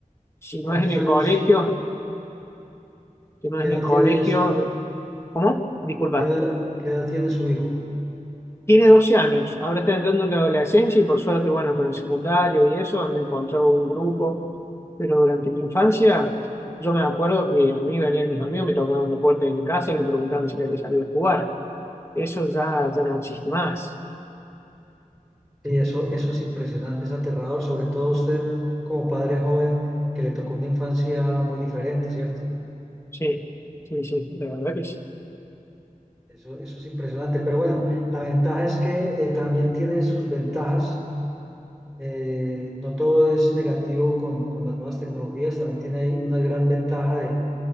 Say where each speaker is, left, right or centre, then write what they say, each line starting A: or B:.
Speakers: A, on the left (about 20°); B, in the centre.
A: Si
B: ¿Cuántos
A: no es en el
B: años,
A: colegio, si no
B: qué
A: es
B: edad
A: en el colegio,
B: tiene su hijo?
A: ¿cómo? Disculpa.
B: ¿Qué edad, qué edad tiene su hijo?
A: Tiene 12 años, ahora está entrando en la adolescencia y por suerte, bueno, con el secundario y eso, han encontrado un grupo, pero durante la infancia yo me acuerdo que a mí venían mis amigos, me tocaban la puerta de mi casa y me preguntaban si quería salir a jugar. Eso ya, ya no existe más.
B: Sí, eso, eso es impresionante, es aterrador, sobre todo usted como padre joven que le tocó una infancia muy diferente, ¿cierto?
A: Sí, sí, sí, la verdad que sí.
B: Eso, eso es impresionante. Pero bueno, la ventaja es que eh, también tiene sus ventajas. eh, no todo es negativo con, con las nuevas tecnologías, también tiene ahí una gran ventaja de,